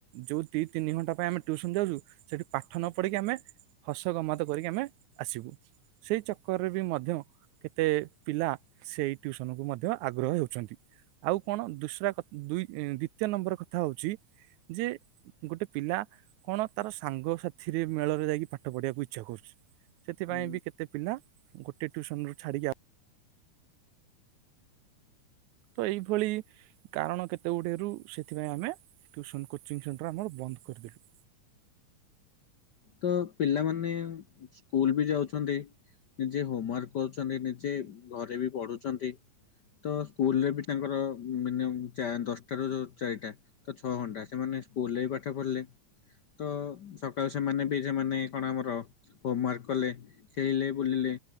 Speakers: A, on the right (about 80°); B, on the left (about 85°).
A: ଯୋଉ ଦି ତିନି ଘଣ୍ଟା ପାଇଁ ଆମେ ଟ୍ୟୁସନ ଯାଉଛୁ ସେଠି ପାଠ ନ ପଢିକି ଆମେ ହସ ଗମା ତ କରିକି ଆମେ ଆସିବୁ ସେଇ ଚକ୍କରରେ ବି ମଧ୍ୟ କେତେ ପିଲା ସେଇ ଟ୍ଯୁସନ୍ କୁ ମଧ୍ୟ ଆଗ୍ରହ ହେଉଛନ୍ତି। ଆଉ କଣ ଦୁସରା କ ଦୁଇ ଦ୍ଵିତୀୟ ନମ୍ବର କଥା ହଉଛି ଯେ ଗୋଟେ ପିଲା କଣ ତାର ସାଙ୍ଗ ସାଥିରେ ମେଳରେ ଯାଇକି ପାଠ ପଢିବାକୁ ଇ ଛା କରୁଛି ସେଥିପାଇଁ
B: ହୁଁ
A: ବି କେତେ ପିଲା ଗୋଟେ ଟ୍ୟୁସନରୁ ଛାଡିକି ଆ ତ ଏଇଭଳି କାରଣ କେତେ ଗୁଡେରୁ ସେଥିପାଇଁ ଆମେ ଟ୍ଯୁସନ୍ କୋଚିଂ ସେଣ୍ଟର ଆମର ବନ୍ଦ କରିଦେଲୁ।
B: ତ ପିଲାମାନେ ସ୍କୁଲ ବି ଯାଉଛନ୍ତି ନିଜେ ହୋମ ୱାର୍କ କରୁଛନ୍ତି ନିଜେ ଘରେ ବି ପଢୁଛନ୍ତି ତ ସ୍କୁଲରେ ବି ତାଙ୍କର ମିନିୟମ୍ ଚା ଦଶଟା ରୁ ଯୋଉ ଚାରିଟା ତ ଛଅ ଘଣ୍ଟା ସେମାନେ। ସ୍କୁଲରେ ବି ପାଠ ପଢିଲେ ତ ସକାଳ ସେମାନେ ବି ସେମାନେ କଣ ଆମର ହୋମୱାର୍କ କଲେ ଖେଳିଲେ ବୁଲିଲେ